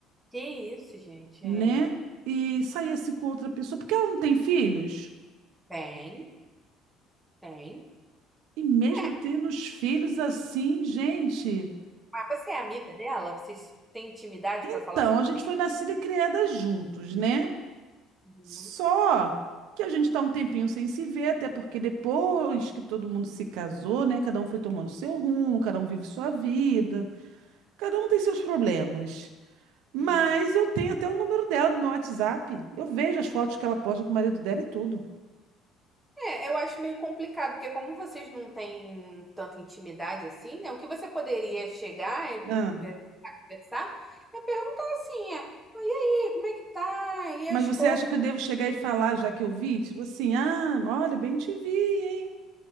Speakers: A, in the centre; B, on the right.
A: Que isso, gente?
B: né?
A: É.
B: E sair assim com outra pessoa, porque ela não tem filhos?
A: Tem, tem.
B: E mesmo
A: É,
B: tendo os filhos assim, gente.
A: mas você é amiga dela? Vocês têm intimidade
B: Então,
A: pra falar sobre
B: a gente
A: isso?
B: foi nascida e criada juntos, né?
A: Uhum.
B: Só que a gente está um tempinho sem se ver, até porque depois que todo mundo se casou, né? Cada um foi tomando seu rumo, cada um vive sua vida, cada um tem seus problemas. Mas
A: Uhum.
B: eu tenho até o número dela no meu WhatsApp. Eu vejo as fotos que ela posta com o marido dela e tudo.
A: É, eu acho meio complicado, porque como vocês não têm tanta intimidade assim, né? O que você poderia chegar e
B: Ah,
A: conver- conversar é perguntar assim, é, "Ah, e aí, como é que tá? E
B: mas
A: as
B: você
A: coisas?
B: acha que eu devo chegar e falar, já que eu vi? Tipo assim, ah, olha, bem te vi, hein?